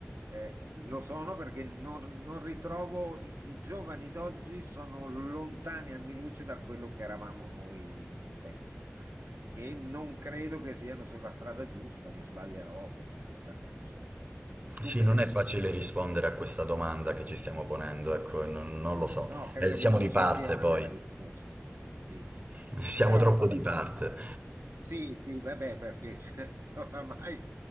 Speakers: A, on the right; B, on the right.
A: eh, lo sono perché non, non ritrovo i, i giovani d'oggi sono lontani anni luce da quello che eravamo noi un tempo e non credo che siano sulla strada giusta, mi sbaglierò per carità. non so. Tu
B: Sì,
A: che
B: non
A: ne
B: è
A: dici?
B: facile rispondere a questa domanda che ci stiamo ponendo, ecco, non, non lo so.
A: No, credo
B: Eh, siamo
A: che non
B: di
A: ci
B: parte
A: sia una
B: poi,
A: vera risposta. Sì.
B: <laughs> siamo
A: Però
B: troppo
A: vabbè,
B: di parte.
A: sì, sì, vabbè, perché <laughs> oramai